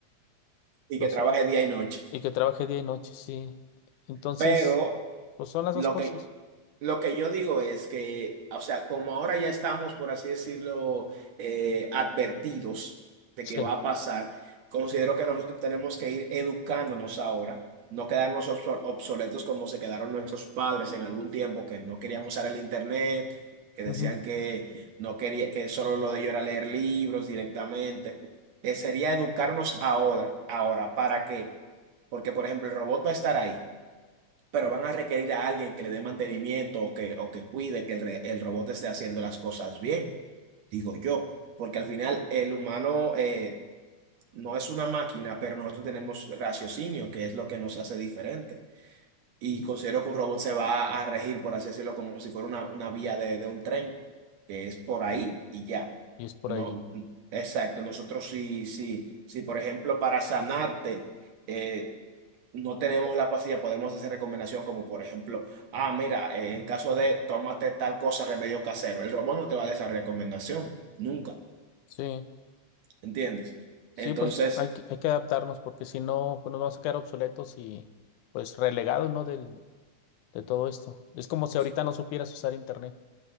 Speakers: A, on the right; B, on the left.
A: Y
B: lo
A: que
B: sé,
A: trabaje día y noche.
B: y que trabaje día y noche, sí. Entonces,
A: Pero...
B: pues son las dos
A: Lo
B: cosas.
A: que Lo que yo digo es que, o sea, como ahora ya estamos, por así decirlo, eh, advertidos de que
B: Sí,
A: va a pasar, considero que nosotros tenemos que ir educándonos ahora, no quedarnos obsol- obsoletos como se quedaron nuestros padres en algún tiempo, que no querían usar el internet, que decían
B: ujú,
A: que no quería, que solo lo de ellos era leer libros directamente. Eh, sería educarnos ahora, ahora, ¿para qué? Porque, por ejemplo, el robot va a estar ahí pero van a requerir a alguien que le dé mantenimiento o que, o que cuide que el, re- el robot esté haciendo las cosas bien, digo yo, porque al final el humano eh, no es una máquina, pero nosotros tenemos raciocinio, que es lo que nos hace diferente. Y considero que un robot se va a regir, por así decirlo, como si fuera una, una vía de, de un tren, que es por ahí y ya.
B: Y es por
A: No,
B: ahí.
A: n- exacto, nosotros sí, sí, sí, por ejemplo, para sanarte. eh, no tenemos la pastilla, podemos hacer recomendación como por ejemplo, ah, mira, eh, en caso de tómate tal cosa, remedio casero. El robot no te va a dar esa recomendación, nunca,
B: Sí,
A: ¿entiendes?
B: sí,
A: Entonces,
B: pues hay que, hay que adaptarnos porque si no, pues nos vamos a quedar obsoletos y pues relegados, ¿no? Del, de todo esto. Es como si
A: sí,
B: ahorita no supieras usar internet.